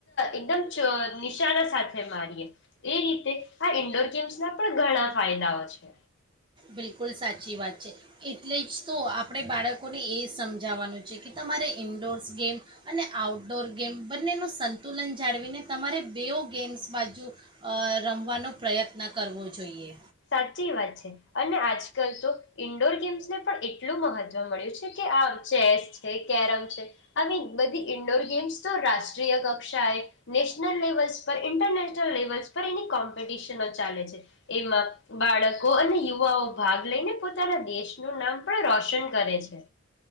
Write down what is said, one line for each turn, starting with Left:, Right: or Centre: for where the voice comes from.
Left: એકદમ નિશાના સાથે મારીએ એ રીતે આ ઇન્ડોર ગેમ્સ ના પણ ઘણા ફાયદાઓ છે.
Right: બિલકુલ સાચી વાત છે. એટલે જ તો આપણે બાળકોને એ સમજાવવાનું છે કે તમારે ઇન્ડોર્સ ગેમ અને આઉટડોર ગેમ બંનેનું સંતુલન જાળવીને તમારે બેઓ ગેમ્સ બાજુ રમવાનો પ્રયત્ન કરવો જોઈએ.
Left: સાચી વાત છે અને આજકાલ તો ઈન્ડોર ગેમ્સને પણ એટલું મહત્વ મળ્યું છે કે આ ચેસ છે, કેરમ છે આવી બધી ઈન્ડોર ગેમ્સ તો રાષ્ટ્રીય કક્ષાએ નેશનલ લેવલ્સ પર ઇન્ટરને નલ લેવલસ પર એની કોમ્પિટિશનો ચાલે છે એમાં બાળકો અને યુવાઓ ભાગ લઈને પોતાના દેશનું નામ પણ રોશન કરે છે.